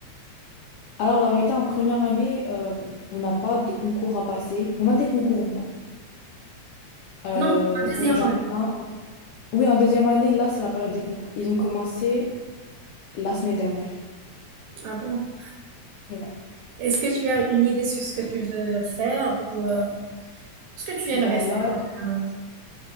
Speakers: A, on the left; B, on the right.
A: Alors, la vérité, en première année, euh, on n'a pas de concours à passer. On a des concours bons. Euh,
B: Non, pour la deuxième
A: on- j'en
B: année.
A: ai un. Oui, en deuxième année, là, c'est la période des concours. Ils ont commencé la semaine dernière.
B: Ah bon?
A: Ouais.
B: Est-ce que tu as une idée sur ce que tu veux faire ou euh, ce que tu aimerais
A: Ben
B: faire
A: là,
B: en général